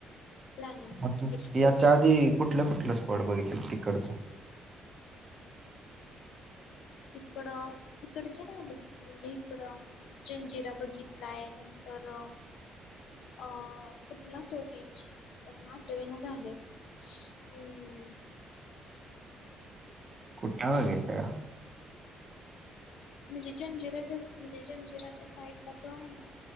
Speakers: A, on the left; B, on the right.
A: प्लॅनिंग
B: मग
A: करतील.
B: तू याच्या आधी कुठल्या, कुठल्या स्पॉट बघितलं तिकडचं.
A: तिकडं तिकडचे नाय बघितलं म्हणजे इकडं जंजिरा बघितलाय नंतर अ अ कुठला तो बीच, आता मला आठवेना झालं अम
B: कुठ बगत्या?
A: म्हणजे जंजिराच्या, म्हणजे जंजिराच्या साइड ला तो आहे ना.